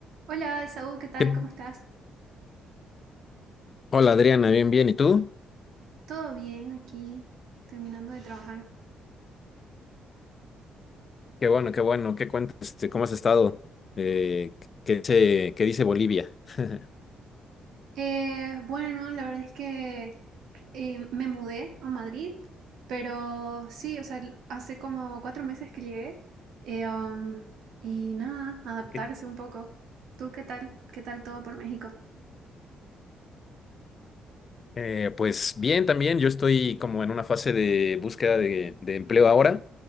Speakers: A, on the right (about 75°); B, on the left (about 45°).
A: Hola, Esaú, ¿qué tal?
B: ¿Qué-
A: ¿Cómo estás?
B: Hola Adriana, bien, bien. ¿Y tú?
A: ¿Todo bien aquí? Terminando de trabajar.
B: Qué bueno, qué bueno. ¿Qué cuentas? Este, ¿Cómo has estado? Eh, ¿qué dice, qué dice Bolivia? <laughs>
A: Eh, bueno, la verdad es que eh, me mudé a Madrid, pero sí, o sea, hace como cuatro meses que llegué eh, um, y nada, adaptarse
B: Ok.
A: un poco. ¿Tú qué tal? ¿Qué tal todo por México?
B: Eh, pues bien, también yo estoy como en una fase de búsqueda de, de empleo ahora